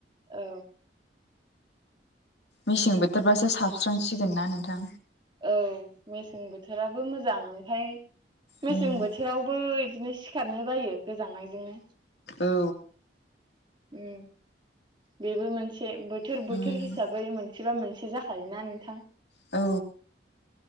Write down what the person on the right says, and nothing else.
औ।
औ मेसें बोथोराबो मोजां ओमफ्राय
मेसें बोथोरावबो बिदिनो सिखारनो बायो गोजांनायजोंनो।
उम बेबो मोनसे बोथोर
बोथोर हिसाबै मोन सेबा मोनसे जाखायोना नोंथां।